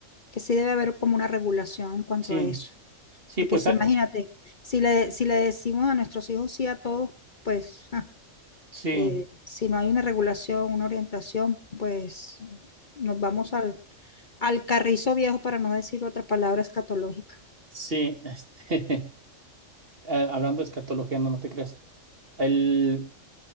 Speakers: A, on the left (about 40°); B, on the right (about 45°).
A: que sí debe haber como una regulación en cuanto
B: Sí,
A: a eso.
B: sí,
A: Porque
B: pues
A: si
B: ah,
A: imagínate, si le, si le decimos a nuestros hijos sí a todos, pues ah,
B: sí,
A: eh, si no hay una regulación, una orientación, pues nos vamos al al carrizo viejo, para no decir otra palabra escatológica.
B: sí, este, <laughs> eh, hablando de escatología, no, no te creas. El,